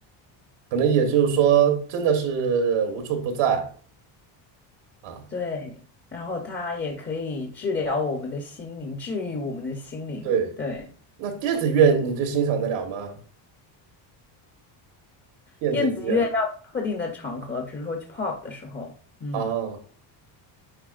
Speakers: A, on the right; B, on the left.
A: 可能也就是说，真的是无处不在啊。
B: 对，然后它也可以治疗我们的心灵，治愈我们的心灵。
A: 对，
B: 对，
A: 那电子乐你就欣赏得了吗？电子音乐
B: 电子乐要特定的场合，比如说去 pop 的时候，嗯，
A: 啊，